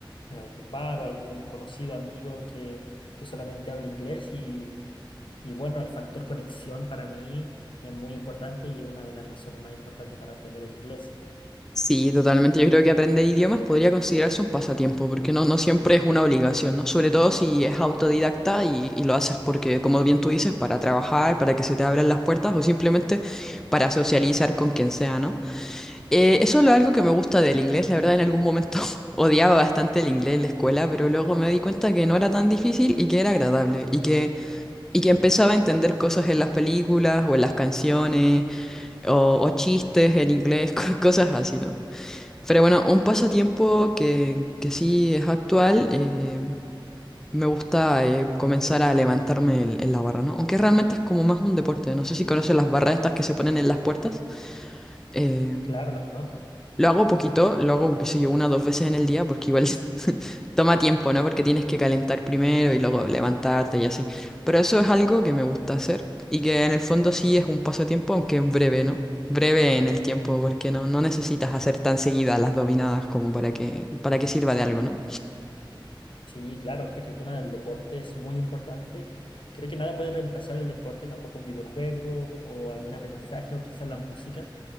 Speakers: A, on the left; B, in the centre.
A: en algún bar o algún conocido amigo que, que solamente habla inglés y, y bueno, el factor conexión para mí. Es muy importante y una de las razones más importantes para aprender el inglés.
B: Sí, totalmente. Yo creo que aprender idiomas podría considerarse un pasatiempo, porque no, no siempre es una obligación, ¿no? Sobre todo si es autodidacta y, y lo haces porque, como bien tú dices, para trabajar, para que se te abran las puertas o simplemente para socializar con quien sea, ¿no? Eh, eso es lo- algo que me gusta del inglés. La verdad, en algún momento <laughs> odiaba bastante el inglés en la escuela, pero luego me di cuenta que no era tan difícil y que era agradable y que, y que empezaba a entender cosas en las películas o en las canciones O, o chistes en inglés, <laughs> co- cosas así, ¿no? Pero bueno, un pasatiempo que, que sí es actual, eh, me gusta eh, comenzar a levantarme el- en la barra, ¿no? Aunque realmente es como más un deporte, no sé si conoces las barras estas que se ponen en las puertas. Eh,
A: Claro, las conozco.
B: lo hago poquito, lo hago, qué sé yo, una o dos veces en el día, porque igual <laughs> Toma tiempo, ¿no? Porque tienes que calentar primero y luego levantarte y así. Pero eso es algo que me gusta hacer y que en el fondo sí es un pasatiempo, aunque es breve, ¿no? Breve en el tiempo, porque no, no necesitas hacer tan seguidas las dominadas como para que, para que sirva de algo, ¿no?
A: Sí, claro, creo que el tema del deporte es muy importante. Creo que nada puede reemplazar el deporte, tampoco un videojuego o algún aprendizaje o quizás la música.